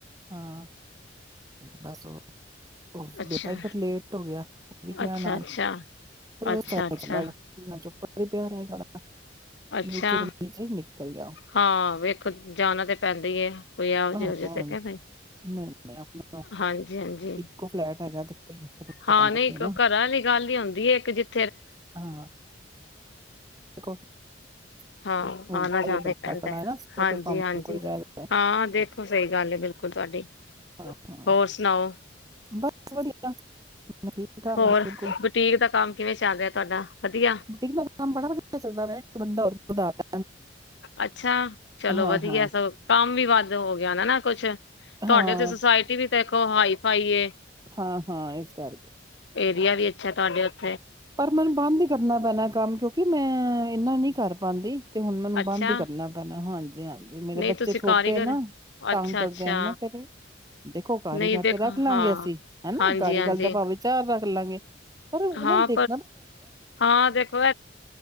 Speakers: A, on the right; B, on the left.
A: ਹਾਂ। ਬਸ ਉਹ।
B: ਅੱਛਾ
A: ਬੇਟਾ ਵੀ ਫਿਰ ਲੇਟ ਹੋ ਗਿਆ, ਉਹ ਵੀ ਗਿਆ
B: ਅੱਛਾ
A: ਨਾਲ।
B: ਅੱਛਾ ਅੱਛਾ
A: <unintelligible>
B: ਅੱਛਾ
A: <unintelligible>
B: ਅੱਛਾ,
A: ਨੀਚੇ ਦੇ ਨੀਚੇ ਹੀ ਨਿਕਲ ਗਿਆ ਉਹ।
B: ਹਾਂ ਵੇਖੋ ਜਾਨਾ ਤੇ ਪੈਂਦਾ ਹੀ ਏ। <unintelligible>
A: ਹਾਂ ਹਾਂ
B: ਦੇਖਿਆ ਫੇਰ,
A: ਨਹੀਂ ਨਹੀਂ ਆਪਣਾ
B: ਹਾਂਜੀ-ਹਾਂਜੀ।
A: ਇੱਕੋ ਫਲੈਟ ਹੈਗਾ ਤੇ ਫਿਰ ਫਰਕ ਤਾਂ
B: ਹਾਂ
A: ਪੈਂਦਾ
B: ਨਹੀਂ
A: ਹੀ ਹੈ ਨਾ
B: ਘਰਾਂ ਆਲੀ ਗੱਲ ਹੀਂ ਹੁੰਦੀ ਐ ਇੱਕ ਜਿਥ
A: ਹਾਂ <unintelligible> ਹੁੰਦਾ
B: ਹਾਂ ਆਨਾ ਜਾਨਾ
A: ਹੈ, ਬੰਦਾ
B: ਹੀ ਪੈਂਦਾ
A: ਖੜਾ
B: ਐ,
A: ਹੈ ਨਾ ਸੋ
B: ਹਾਂਜੀ-ਹਾਂਜੀ
A: ਕੇ ਸਾਹਮਣੇ ਕੋਈ ਜਾਇਦਾ ਹੈ
B: ਹਾਂ ਦੇਖੋ ਸਹੀ ਗੱਲ ਐ ਬਿਲਕੁਲ ਤੁਹਾਡੀ,
A: ਹਾਂ ਹਾਂ
B: ਹੋਰ ਸੁਣਾਓ।
A: ਬਸ ਵਧੀਆ ਮੈਂ ਠੀਕ ਠਾਕ
B: ਹੋਰ
A: ਹਾਂ ਬਿਲਕੁਲ
B: ਬੁਟੀਕ ਦਾ ਕੰਮ ਕਿਵੇਂ ਚੱਲ ਰਿਹਾ? ਤੁਹਾਡਾ। ਵਧੀਆ
A: ਬੁਟੀਕ ਦਾ ਕੰਮ ਬੜਾ ਵਧੀਆ ਚਲਦਾ ਪਿਆ ਇੱਕ ਬੰਦਾ ਹੋਰ ਵਧਾ ਤਾ।
B: ਅੱਛਾ ਚਲੋ
A: ਹਾਂ
B: ਵਧੀਆ
A: ਹਾਂ
B: ਸਗੋ ਕੰਮ ਵੀ ਬੰਦ ਹੋ ਗਿਆ ਹੋਣਾ ਨਾ ਕੁਛ। ਤੁਹਾਡੇ
A: ਹਾਂ
B: ਤੇ ਸੋਸਾਇਟੀ ਵੀ ਦੇਖੋ ਹਾਈ-ਫਾਈ ਏ।
A: ਹਾਂ-ਹਾਂ, ਇਸ ਕਰਕੇ।
B: ਯਾਰ ਯੇ ਅੱਛਾ ਟਾਰਗੇਟ।
A: ਪਰ ਮੈਨੂੰ ਬੰਦ ਹੀ ਕਰਨਾ ਪੈਨਾ ਐ ਕੰਮ ਕਿਉਂਕਿ ਮੈਂ ਇੰਨਾ ਨੀ ਕਰ ਪਾਂਦੀ। ਤੇ ਹੁਣ ਮੈਨੂੰ
B: ਅੱਛਾ
A: ਬੰਦ ਹੀ ਕਰਨਾ ਪੈਣਾ ਹਾਂਜੀ। ਧਿਆਨ ਜੀ ਮੇਰੇ
B: ਨਹੀਂ
A: ਬੱਚੇ
B: ਤੁਸੀਂ
A: ਛੋਟੇ
B: ਕਾਰੀਗਰ
A: ਆ ਨਾ ਤੰਗ
B: ਅੱਛਾ
A: ਕਰਦੇ
B: ਅੱਛਾ
A: ਨਾ ਫਿਰ ਦੇਖੋ ਕਾਰੀਗਰ
B: ਨਹੀਂ ਦੇਖ
A: ਚ ਰੱਖ ਲਾਂਗੇ
B: ਹਾਂ
A: ਅਸੀਂ ਹਨਾ
B: ਹਾਂਜੀ
A: ਕਾਰੀ
B: ਹਾਂਜੀ
A: ਗੱਲ ਤਾਂ ਭਾਵੇਂ ਚਾਹ ਵਾ। ਚਲਾਂਗੇ। ਪਰ ਹੁਣ
B: ਹਾਂ
A: ਦੇਖ।
B: ਹਾਂ ਦੇਖੋ